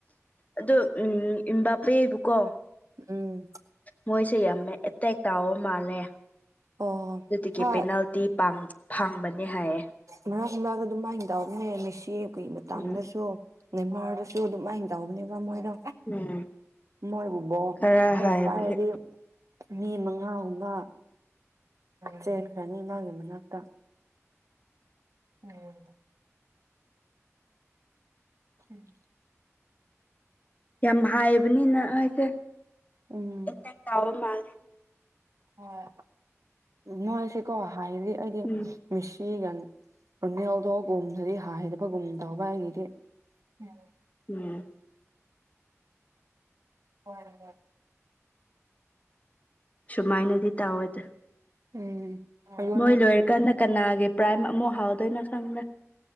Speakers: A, on the left; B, on the right.
A: ꯑꯗꯨ ꯎꯝ ꯏꯝꯕꯥꯞꯄꯦꯕꯨꯀꯣ
B: ꯎꯝ
A: ꯃꯣꯏꯁꯦ ꯌꯥꯝ ꯑꯦꯇꯦꯛ ꯇꯥꯎꯕ ꯃꯥꯜꯂꯦ
B: ꯑꯣ
A: ꯗꯨꯗꯒꯤ
B: ꯍꯣꯏ
A: ꯄꯦꯅꯥꯜꯇꯤ ꯄꯥꯡ ꯐꯪꯕꯅꯦ ꯍꯥꯏ
B: ꯃꯔꯛ ꯃꯔꯛꯇ ꯗꯨꯝꯃꯥꯏ ꯇꯧꯕꯅꯦ ꯃꯦꯁꯤꯀꯤ ꯃꯇꯝꯗꯁꯨ
A: ꯎꯝ
B: ꯅꯦꯃꯥꯔꯗꯁꯨ ꯑꯗꯨꯃꯥꯏꯟ ꯇꯧꯕꯅꯦꯕ ꯃꯣꯏꯗꯣ
A: ꯎꯝ
B: ꯃꯣꯏꯕꯨ ꯕꯣꯜ
A: ꯈꯔ
B: ꯍꯦꯛ
A: ꯍꯥꯏꯕꯒꯤ
B: ꯄꯥꯏꯔꯗꯤ ꯃꯤ ꯃꯉꯥꯒꯨꯝꯕ ꯆꯦꯟꯈ꯭ꯔꯅꯤ ꯃꯥꯒꯤ ꯃꯅꯥꯛꯇ <unintelligible> <unintelligible>
A: ꯌꯥꯝ ꯍꯥꯏꯕꯅꯤꯅ ꯑꯩꯁꯦ
B: ꯎꯝ
A: ꯑꯦꯇꯦꯛ ꯇꯥꯎꯕ ꯃꯥꯥꯡꯂꯦ
B: ꯍꯣꯏ ꯃꯣꯏꯁꯦꯀꯣ ꯍꯥꯏꯔꯗꯤ ꯑꯩꯗꯤ
A: ꯎꯝ
B: ꯃꯦꯁꯤꯒ ꯔꯨꯅꯦꯜꯗꯣꯒꯨꯝꯗꯨꯗꯤ ꯍꯥꯏꯗꯕꯒꯨꯝ ꯇꯧꯕ ꯑꯩꯒꯤꯗꯤ ꯎꯝ
A: ꯎꯝ
B: ꯍꯣꯏ ꯍꯣꯏ
A: ꯁꯨꯃꯥꯏꯅꯗꯤ ꯇꯧꯋꯦꯇꯨ
B: ꯎꯝ ꯑꯗꯨꯅꯦ
A: ꯃꯣꯏ ꯂꯣꯏꯔꯀꯥꯟꯗ ꯀꯅꯥꯒꯤ ꯄ꯭ꯔꯥꯏꯝ ꯑꯃꯨꯛ ꯍꯥꯎꯗꯣꯏꯅꯣ ꯈꯪꯗꯦ